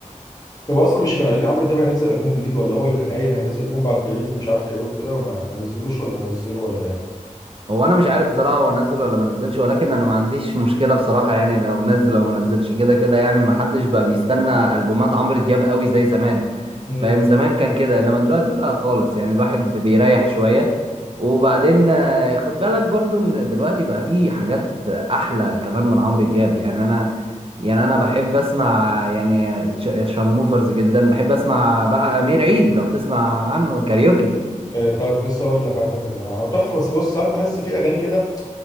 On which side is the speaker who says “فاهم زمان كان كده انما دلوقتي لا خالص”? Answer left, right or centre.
Right